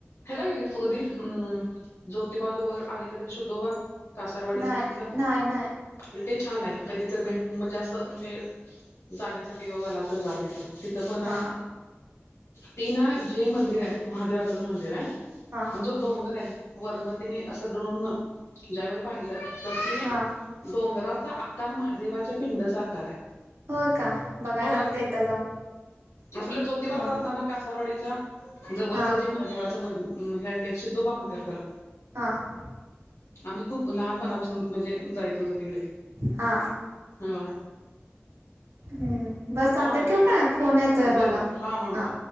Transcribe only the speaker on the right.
नाही
नाही नाही
हा
हा
हा
होय काय बघायला
लागते एकदा जाऊन
हा
हा
हां.
हां.
हम्म. बर चालतय
ठेवु का? फोन येतोय
मला
हा.